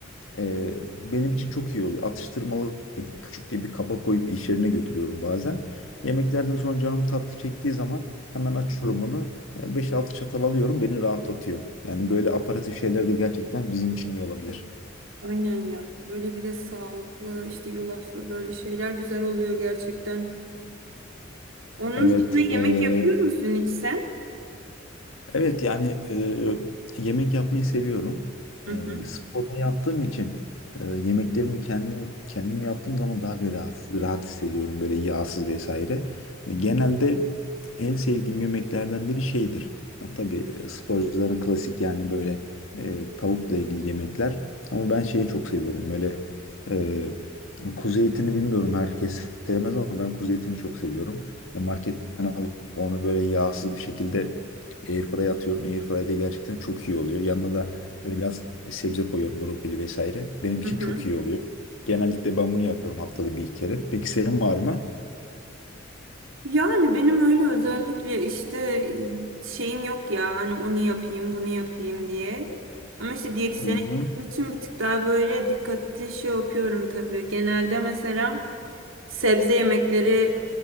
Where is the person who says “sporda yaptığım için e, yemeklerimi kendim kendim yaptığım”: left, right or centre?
Left